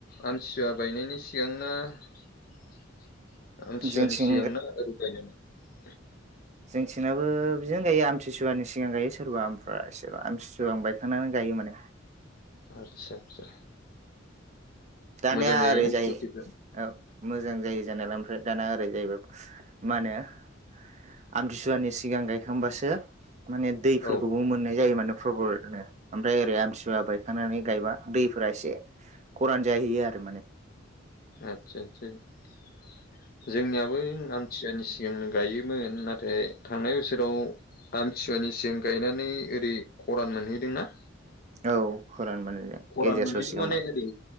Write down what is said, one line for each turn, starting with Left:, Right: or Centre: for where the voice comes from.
Left: आमथिसुवा गायनायनि सिगांना आमथिसुवा
Right: जोंथिं
Left: नि सिगां ना <unintelligible> <inaudible>
Right: जोंथिंनाबो बिदिनो गायो आमतिसुवानि सिगां गायो सोरबा आमफ्राय एसेबां आमतिसुवा आं बायखांनानै गायो माने
Left: आदसा -आदसा
Right: दानिया
Left: मोजां जायोना
Right: ओरै जायो
Left: खेथिफ्रा
Right: औ मोजां जायो जानायालाय ओमफ्राय दाना <unintelligible> आमथिसुवानि सिगां गायखांबासो माने दैफोरखौबो
Left: औ
Right: मोननाय जायो माने <unintelligible> ओमफ्राय ओरै आमसुवा बायखांनानै गायबा दैफोरा एसे खरानि जाहैयो आरो माने
Left: आतसा आतसा आतसा। जोंनियाबो आमथियानि सि गांनो गायोमोन नाथाय थांनाय बोसोराव आमथिसुवानि सिगां गायनानै ओरै खरान मोनहैदोंना
Right: औ। खरान माने
Left: खरान
Right: गेजेर
Left: मोनहैदों
Right: ससेयाव
Left: माने ओरै